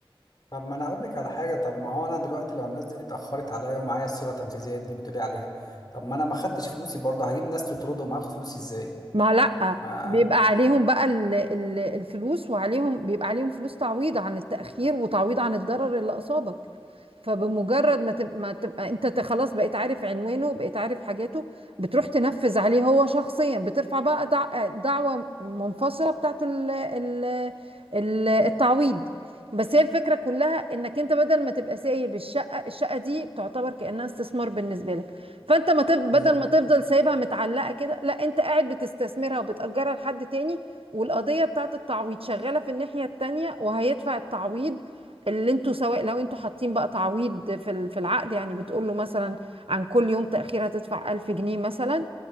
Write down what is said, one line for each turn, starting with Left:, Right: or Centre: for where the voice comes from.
Left: طب ما انا اقول لك على حاجة طب ما هو انا دلوقتي لو الناس دي اتأخرت عليا ومعايا الصيغة التنفيذية دي بتقولي عليها طب ما انا ما خدتش فلوسي برضه هجيب ناس تطردهم هاخد فلوسي ازاي
Right: ما لأ
Left: ما
Right: بيبقى عليهم بقى ال- ال- الفلوس وعليهم بيبقى عليهم فلوس تعويض عن التأخير وتعويض عن الضرر اللي أصابك فبمجرد ما تبقى, ما تبقى انت ت- خلاص بقيت عارف عنوانه بقيت عارف حاجاته بتروح تنفذ عليه هو شخصيا بترفع بقى دع... دعوة منفصلة بتاعت ال... ال... ال... التعويض بس هي الفكرة كلها انك انت بدل ما تبقى سايب الشقة الشقة دي تعتبر كأنها استثمار بالنسبة لك فانت ما تف... بدل
Left: بالظبط
Right: ما تفضل سايبها متعلقة كده لا انت قاعد بتستثمرها وبتأجرها لحد تاني والقضية بتاعت التعويض شغالة في الناحية التانية وهيدفع التعويض اللي انتوا سواء لو انتوا حاطين بقى تعويض في ال- في العقد يعني بتقول له مثلا عن كل يوم تأخير هتدفع 1000 جنيه مثلا